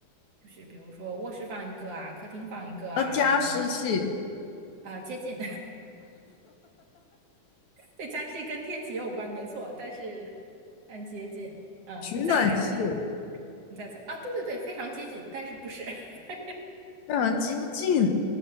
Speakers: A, on the right; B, on the left.
A: 就是比如说卧室放一个啊，客厅放一个啊，
B: 那加湿器、
A: 然后啊、接近，<laughs> 对，湿器跟天气也有关，没错，但是但接近，嗯，
B: 取暖器，
A: 你再猜，你再你再猜啊，对对对，非常接近，但是不是，<laughs>
B: 让人接近。